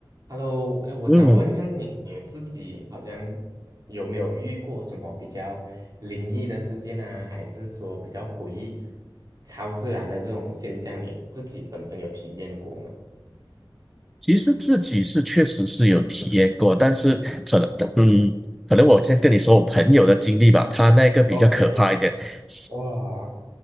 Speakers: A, on the right; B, in the centre.
A: Hello，哎，我想问看你，
B: 嗯，
A: 你自己好像有没有遇过什么比较灵异的事件啊，还是说比较诡异、超自然的这种现象，你自己本身有体验过吗
B: 其实自己是确实是有体验过，但是可能，嗯，可能我先跟你说我朋友的经历吧，他那个比较可怕一点。
A: ？OK，
B: <laughs>
A: 哇，